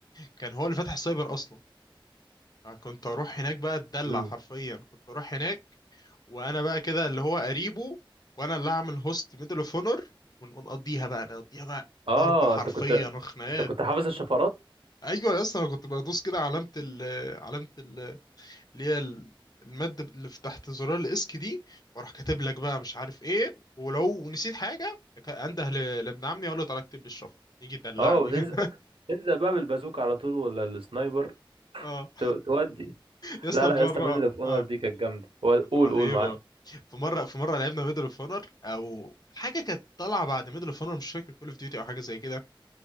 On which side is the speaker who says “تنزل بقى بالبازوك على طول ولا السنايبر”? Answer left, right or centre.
Right